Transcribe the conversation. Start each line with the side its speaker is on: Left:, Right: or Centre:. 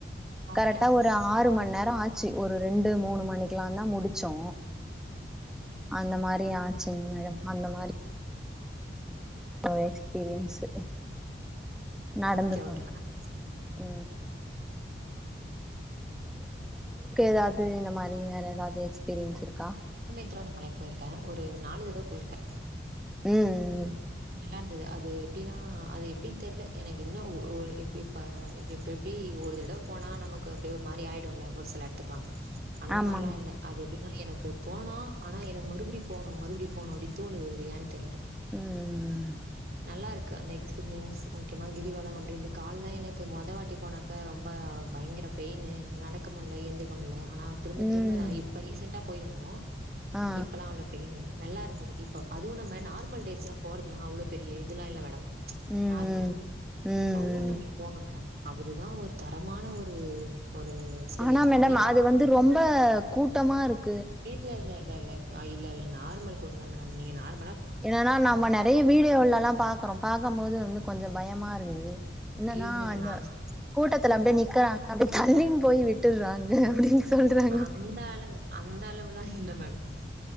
Right: ஓகே
Centre: கரெட்டா
Right: மேம்
Centre: ஒரு ஆறு மண்நேரொ ஆ ச்சு ஒரு ரெண்டு மூணு மணிக்லாந்தா முடுச்சோ அந்த மாரியா சின்மயா அந்த மாரி ஆ எக்ஸ்பீரியன்ஸு நடந்து
Right: ஓகே
Centre: போறது
Right: ஓகே மேடம்
Centre: உ ஏதாவது இந்த மாரி வேற ஏதாவது எஸ்பீரியன்ஸ் இருக்கா
Right: திருவண்ணாமலைக்கு போயிருக்கே ஒரு நாலு தடவ போயிருக்கே
Centre: உ உ
Right: நல்லா இருந்தது அது எப்டின்னா அது எப்டின் தெர்ல எனக்கு இன்னு ஒ இப்போ இப்படி இப்போ எப்படி ஒரு தடவ போனா நமக்கு அப்படி ஒரு மாரி ஆகிடும்ல ஒரு சில எடத்துக்கு போ னா அந்த
Centre: ஆமா
Right: மாரிலா
Centre: ஆமா
Right: இல்ல அது எப்படின்னா எனக் போனோ ஆனா எனக்கு மறுபடி போனு மறுபடி போனு அப்படி தோனுது அது ஏன்னு தெரியல
Centre: உ உ
Right: நல்லா இருக்கு அந்த எக்ஸ்பீரியன்ஸ் முக்கியமா கிரிவலோ அப்படிது கால்லா எனக்கு மொத வாட்டி போனப்ப ரொம்ப பயங்கர பெயின்னு நடக்க முடியல எந்திக்க முடியல ஆனா திரும்ப
Centre: ம்
Right: திரும்ப நா இப்ப ரீசென்ட்டா போய் வந்தோ
Centre: ஆ
Right: இப்பல்லா அவ்வள பெயின் இல்ல நல்லா இருந்தது இப்ப அதுவு நம்ம நார்மல் டேஸ்லா போர்துலா அவ்ளோ பெரிய இதுலா இல்ல மேடம் ச்
Centre: ம் ம்
Right: நார்மலா
Centre: ம் ம்
Right: பௌர்ணமிக் போங்க மேடம் அவுதுதா ஒரு தரமான ஒரு ஒரு எக்ஸ்பீரியன்ஸா
Centre: ஆனா மேடம்
Right: இருக்கு நீங்க
Centre: அது
Right: பௌர்ணமி
Centre: வந்து ரொம்ப கூட்டமா இருக்
Right: இல்ல இல்ல இல்ல இல்ல ஆஇல்ல இல்ல நார்மல் கூட்ட தா மேடம் நீங்க நார்மல்
Centre: என்னன்னா நம்ம நிறைய வீடியோலலா பாக்குறோ பாக்கம்போது வந்து கொஞ்சம் பயமா இருக்குது என்னன்னா
Right: இல்ல இல்ல
Centre: இந்த
Right: நா
Centre: கூட்டத்துல அப்டியே நிக்கிறாங்க அப்டி தள்ளின் போய் விட்டுறாங்க அப்டின்னு சொல்றாங்க
Right: அந்த அளவு அந்த அளவுல்லா இல்ல மேடம்